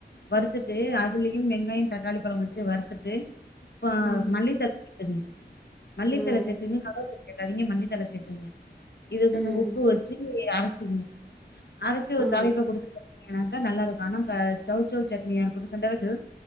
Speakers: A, on the left; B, in the centre.
A: வறுத்துட்டு அதுலயு வெங்காயோ தக்காளி பழம் வச்சு வறுத்துட்டு பா
B: ம்
A: மல்லித்தழ சேத்துங்க மல்லித்தழ
B: ம்
A: சேத்துங்க கருவப்ல சேக்காதீங்க மல்லித்தழ சேத்துங்க இத கொஞ்சோ
B: ம்
A: உப்பு வச்சி அரச்சிங்க அரச்சி ஒரு
B: ஆ
A: தாழிப்ப குடுத்துட்டீங்கனாக்கா நல்லா இருக்கு ஆனா க சவ் சவ் சட்னியா இருக்கட்டு ரெண்டாவது